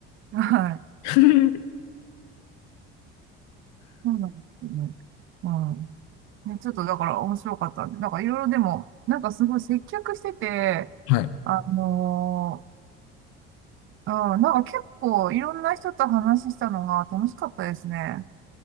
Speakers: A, on the right; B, on the left.
A: はい。
B: うん、
A: そうなんですよね。うん。ね、ちょっとだから面白かったんで、なんかいろいろでも、なんかすごい接客してて、
B: はい。
A: あのー、うん、なんか結構いろんな人と話したのが楽しかったですね。